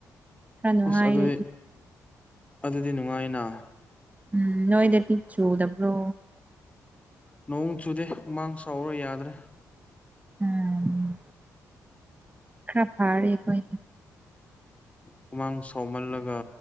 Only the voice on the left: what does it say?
ꯑꯁ ꯑꯗꯨꯗꯤ ꯑꯗꯨꯗꯤ ꯅꯨꯡꯉꯥꯏꯅ
ꯅꯣꯡ ꯆꯨꯗꯦ ꯍꯨꯃꯥꯡ ꯆꯥꯎꯔ ꯌꯥꯗ꯭ꯔꯦ
ꯈꯨꯃꯥꯡ ꯁꯥꯎꯃꯜꯂꯒ